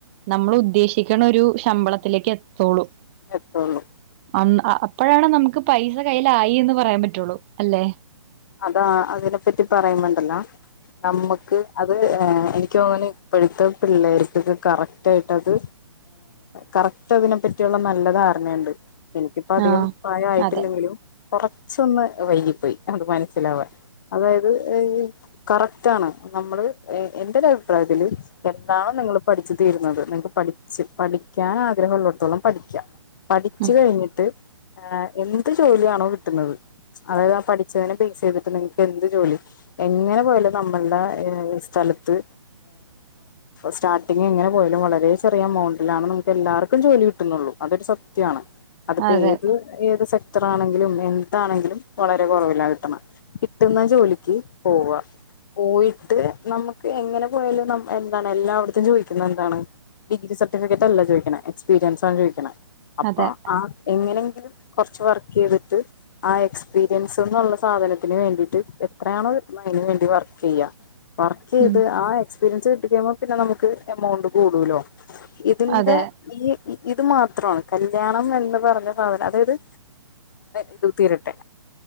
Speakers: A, on the right; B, on the left.
A: നമ്മളുദ്ദേശി ക്കണൊരു ശമ്പളത്തിലേക്കെത്തോള്ളൂ.
B: എത്തുള്ളൂ
A: അന്ന അപ്പഴാണ് നമുക്ക് പൈസകയ്യിലായിന്ന് പറയാപറ്റു പറ്റുള്ളൂ. അല്ലേ
B: അതാ അതിനെപ്പറ്റി പറയ്മ്പണ്ടല്ലോ നമ്മക്ക് അത്-ഏ എനിക്ക്തോന്ന്ണ് ഇപ്പഴ്ത്തെ പിള്ളേർക്കൊക്കെ കറക്റ്റായിട്ടത് കറക്റ്റ് അതിനെപ്പറ്റിയുള്ള നല്ലധാരണ രെണ്ട് എനിക്കിപ്പധികം
A: ആഹ്
B: പ്രായായിട്ടില്ലെങ്കിലും
A: അതെ
B: കൊറച്ചൊന്ന് വൈകിപ്പോയി അത് മന മനസിലാവാൻ അതായത് കറക്റ്റാണ് നമ്മള് എന്റൊരഭിപ്രായത്തില് എന്താണോ നിങ്ങള് പഠിച്ചുതീരുന്നത് നിങ്ങക്ക്പഠിച്ച് പഠിക്കാൻ ആഗ്രഹമള്ളടത്തോളം പഠിക്ക. പഠിച്ച്കഴിഞ്ഞിട്ട്
A: ഉം
B: ആ എന്ത്ജോലിയാണോ കിട്ടുന്നത് അതായതാ പഠിച്ചതിന് പി എസ് സിയിൽ കിട്ടുന്ന നിങ്ങക്ക് എന്ത്ജോലിയും എങ്ങനെപോയാലും നമ്മളുടെ സ്ഥലത്ത് സ്റ്റാർട്ടിങ് എങ്ങനെപോയാലും വളരെ ചെറിയ എമൗണ്ടിലാണ് നമുക്കെല്ലാർക്കും ജോലികിട്ടുന്നുള്ളൂ. അതൊരു സത്യാണ്. അതിപ്പോ
A: അതെ
B: ഏത്-ഏത് എത്ര ആണെങ്കിലും എന്താണെങ്കിലും വളരെ കുറവിലാ കി കിട്ടുന്ന ജോലിക്ക് പോവാ പോയിട്ട് നമുക്ക് എങ്ങനെപോയാലും എന്താണ് എല്ലാവടത്തെ ജോലിക്കും എന്താണ് ഡിഗ്രി സർട്ടിഫിക്കറ്റല്ല ചോദിക്കണെ എക്സ്പീരിയൻസാ ചോദിക്കണെ. അപ്പൊ
A: അതെ
B: ആഹ് എങ്ങനെ കൊറച്ച് വർക്കെയ്തിട്ട് ആ എക്സ്പീരിയൻസ്ന്നുള്ള സാധനത്തിന് വേണ്ടീട്ട് എത്രയാണ്കിട്ട്ണത് അതിന് വേണ്ടി വർക്കെയ്യാ. വർക്കെയ്ത്
A: ഉം
B: ആ എക്സ് ഫിലിംസ്കിട്ടികഴിയുമ്പോപ്പിന്നെ നമുക്ക് എമൗണ്ട് കൂടൂല്ലോ. ഇതിന്റെ
A: അതെ
B: ഈ ഇത് മാത്രണ് കല്യാണം എന്ന്പറഞ്ഞസാനം അതായത് ഇത് തീരട്ടെ